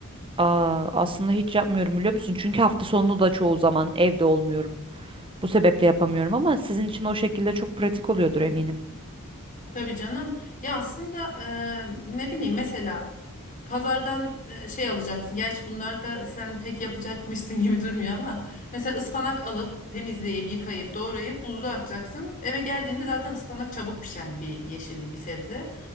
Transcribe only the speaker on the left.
Tabii canım. Ya aslında e, ne bileyim mesela pazardan e, şey alacaksın. Gerçi bunlar da sen pek yapacakmışsın <laughs> gibi durmuyor ama mesela ıspanak alıp temizleyip yıkayıp doğrayıp buzluğa atacaksın. Eve geldiğinde zaten ıspanak çabuk pişen bir yeşillik bir sebze.